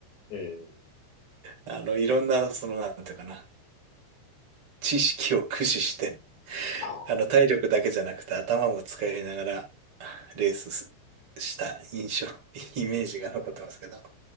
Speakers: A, on the left; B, on the right.
A: うん。うん
B: あの、いろんな、その、なんていうかな、知識を駆使して、
A: あ
B: あの、体力だけじゃなくて頭も使いながらレースすした印象、<laughs> イメージが残ってますけど。